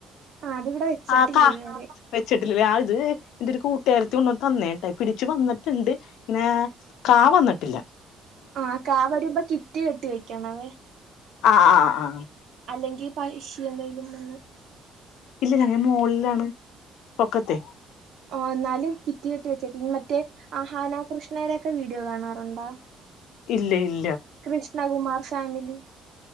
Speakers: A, on the right; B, on the left.
A: അതിവിടെ വെച്ചിട്ടില്ല
B: ആ ഹാ
A: ഇതുവരെ
B: വെച്ചിട്ടുണ്ട് അത് എന്റെ ഒരു കൂട്ടുകാരി തുണ് തന്നെ തയ് ച്ച് വന്നിട്ടുണ്ട് പിന്നെ കാ വന്നിട്ട് പില്ല
A: ആഹ് കാവരുയുമ്പോ കിറ്റ് കെട്ടി വെക്കണവേ
B: ആഹ ആഹ് ആഹ
A: അല്ലെങ്കിൽ <unintelligible> എന്തെലും ഒന്ന്
B: ഇല്ല ഞങ്ങ മോൾലാണ് പക്കത്തെ
A: ഓ എന്നാലും കിറ്റ കെട്ടി വെച്ചേക്ക് മറ്റേ ആഹാനാ കൃഷ്ണയുടെ ഒക്കെ വീഡിയോ കാണാറുണ്ടാ
B: ഇല്ല ഇൽ
A: കൃഷ്ണകുമാർ ഫാമിലി